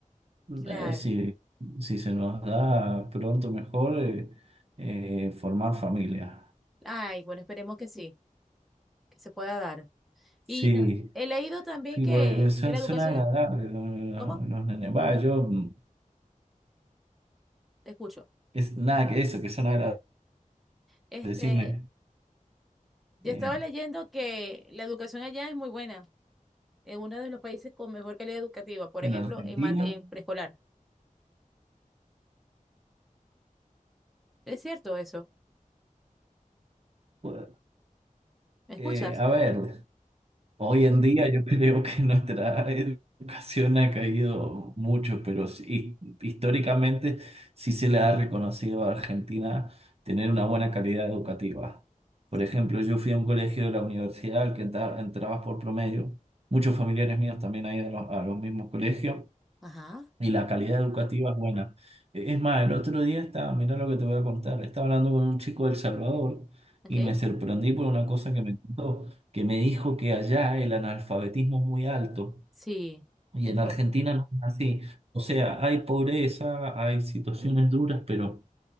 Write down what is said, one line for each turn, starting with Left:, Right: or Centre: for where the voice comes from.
Centre: claro.
Right: eh, si, si se nos da pronto mejor, eh, eh, formar familia.
Centre: Ay, bueno, esperemos que sí, que se pueda dar.
Right: Sí,
Centre: Y da- he leído también
Right: sí,
Centre: que,
Right: porque eh, son,
Centre: que la
Right: son
Centre: educación,
Right: agradables los, los-
Centre: ¿cómo?
Right: los nenes. Va, yo, mm,
Centre: Te escucho.
Right: es nada que eso, que son agradables.
Centre: Este,
Right: Decime,
Centre: Yo
Right: eh,
Centre: estaba leyendo que la educación allá es muy buena, es uno de los países con mejor calidad educativa, por
Right: en
Centre: ejemplo,
Right: Argentina,
Centre: en, mat- en preescolar. ¿Es cierto eso?
Right: pues,
Centre: ¿Me escuchas?
Right: eh, a ver. Hoy en día yo creo que nuestra educación ha caído mucho, pero sí, históricamente sí se le ha reconocido a Argentina tener una buena calidad educativa. Por
Centre: Sí.
Right: ejemplo, yo fui a un colegio de la universidad al que entra- entrabas por promedio. Muchos familiares míos también han ido a los, a los mismos colegios
Centre: Ajá,
Right: y la calidad educativa es buena. E- Es más, el otro día estaba, mira lo que te voy a contar, estaba hablando con un chico de El Salvador
Centre: ok.
Right: y me sorprendí por una cosa que me contó, que me dijo que allá el analfabetismo es muy alto
Centre: Sí,
Right: y
Centre: es
Right: en
Centre: fuerte.
Right: Argentina no es así. O sea, hay pobreza, hay situaciones duras, pero